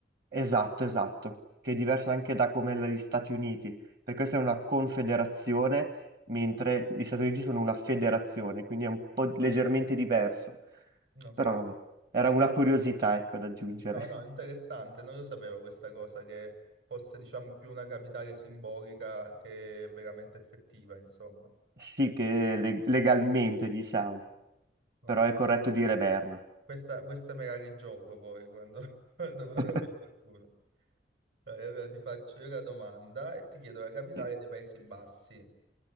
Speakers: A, on the right; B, on the right.
A: esatto, esatto, che è diversa anche da come la degli Stati Uniti, perché questa è una confederazione, mentre
B: Mm,
A: gli Stati Uniti sono una federazione, quindi è un po' leggermente diverso.
B: Ok.
A: Però vabbè, era una curiosità, ecco, da aggiungere.
B: No, no, interessante,
A: <laughs>
B: non lo sapevo questa cosa, che fosse, diciamo, più una capitale simbolica che veramente effettiva, insomma.
A: Sì, che le- legalmente, diciamo,
B: Ok.
A: però è corretto dire Berna.
B: Questa, questa me la rigioco poi quando, <laughs> quando parlo
A: <laughs>
B: con qualcuno. Dai, Allora ti faccio io la domanda e ti chiedo la capitale
A: Sì.
B: dei Paesi Bassi.